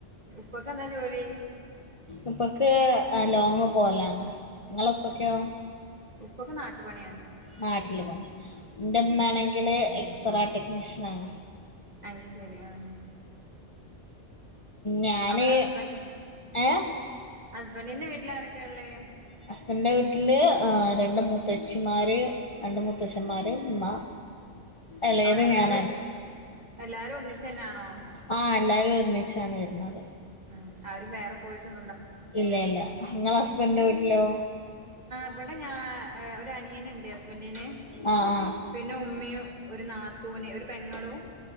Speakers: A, on the right; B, on the left.
A: ഇപ്പൊക്കെ എന്താ ജോലി?
B: ഇപ്പൊക്ക് ലോങ്ങ് പോലാണ് നിങ്ങള ഇപ്പക്കെയോ?
A: ഉപ്പൊക്കെ നാട്ടുപണിയാണ്.
B: നാട്ടില് പോ എന്റെമ്മണെങ്കില് എക്സ്റേ ടെക്നീഷ്യൻ ആണ്.
A: അയ് ശരി ആ!
B: ഞാന്
A: അവിടെ ഹസ്ബൻഡ
B: ഏഹ്
A: ഹസ്ബൻഡിന്റെ വീട്ടില ആരൊക്കെയ ഉള്ളേ?
B: ഹസ്ബൻഡന്റെ വീട്ടില് രണ്ട മൂത്തച്ച്ചിമാര് രണ്ട മൂത്തച്ഛന്മാരും ഉമ്മ എളയത്
A: അവിടെ എല്ലാരും
B: ഞാനാ
A: എല്ലാരും ഒന്നിച്ചന്നാണോ
B: ആ. എല്ലാവരും ഒന്നിച്ചാണ് വരുന്നത്.
A: ഉ ആരും വേറെ പോയിട്ട്-
B: ഇല്ല ഇല്ല നിങ്ങളെ ഹസ്ബൻഡിന്റെ വീട്ടിലോ
A: ഇവിടെ ഞാൻ അനിയനുണ്ട് ഹസ്ബൻ്റിന്
B: ആഹ്
A: പിന്നെ ഉമ്മയും. ഒരു നാത്തൂന് ഒരു പെങ്ങളും